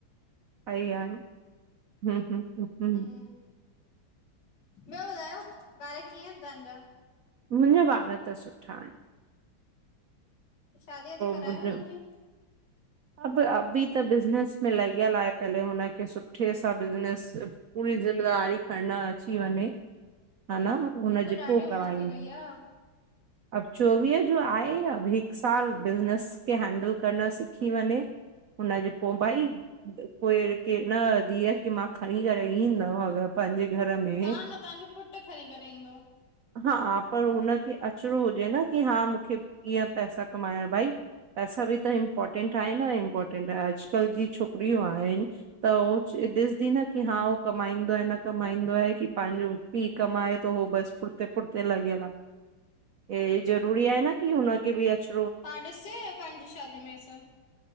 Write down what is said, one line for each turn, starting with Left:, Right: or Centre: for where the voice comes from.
Right: अरे यार, हूं हूं, हूं
Left: हूं ॿयो ॿुधायो, ॿार कीअं एन तांजा?
Right: मुंजा ॿार त सुठा आन।
Left: त शादी वादी करायो
Right: मुंहिंजो
Left: उनन जी।
Right: अब, अबी त बिज़नस में लॻयल आहे, पहले हुनखे सुठे सां बिज़नेस पूरी जिमेदारी खणण अची वञे, हा न? हुनजे
Left: अब त ॾाढी
Right: पो
Left: उमिरि
Right: कराईंदम।
Left: थी वई आ,
Right: अब चोवीह जो आहे, अब हिक साल बिज़नेस खे हैंडल करण सिख सिखी वनें, हुनजे पो भाई। कोई कै, न धीअ खे मां खणी करे ईंदम अगर पांजे घर में
Left: तां न, तांजो पुट खणी करे ईंदो।
Right: हा, पर हुनखे अचणो हुजे न, की हा मूंखे कीअं पैसा कमाइण, भाई। पैसा बि त इम्पोर्टेंट आहे न इम्पोर्टेंट आहे, अॼ कल् जी छोकरयूं आहिन त ओ ॾिसदी न, की हा, हो कमाईंदो आहे, न कमाईंदो आहे की पांजो पी कमाए तो, हो बस पुठते पुठ्ते लॻयल आ।
Left: <unintelligible>
Right: हे ज़रूरी आहे न की हुनखे बि अच
Left: तां ॾिसयो हो, पांजी शादी में हे सब?